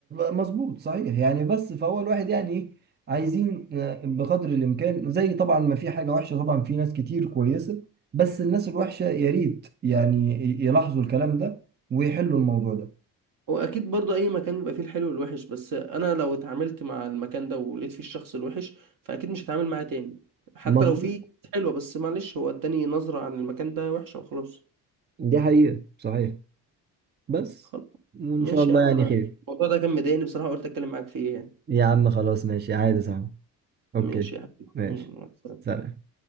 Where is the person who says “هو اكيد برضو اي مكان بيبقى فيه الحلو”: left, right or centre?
Right